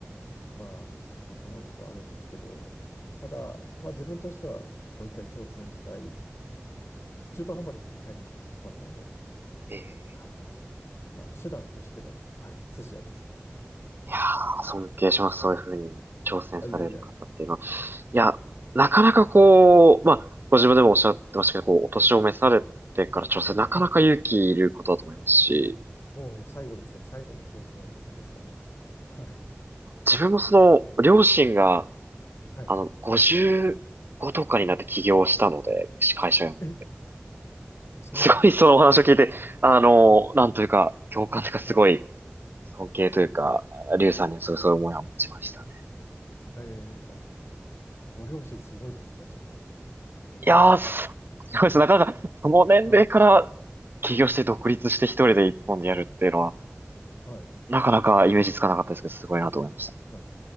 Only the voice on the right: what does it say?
ええ、
いやー、尊敬します。そういうふうに挑戦される方っていうのは。
いや、なかなかこう、
まあ、ご自分でもおっしゃってましたけど、
こう、お年を召されてから挑戦、なかなか勇気いることだと思いますし、
自分もその、両親が、
あの、55とかになって起業したので、会社を。
すごいそのお話を聞いて、あの、
なんというか、共感というか、すごい、
尊敬というか、
リュウさんにはすごいそういう思いは持ちましたね。
いやー、すすごいです。なかなか、その年齢から
起業して独立して一人で一本でやるっていうのは、
なかなかイメージつかなかったですけど、すごいなと思いましたね。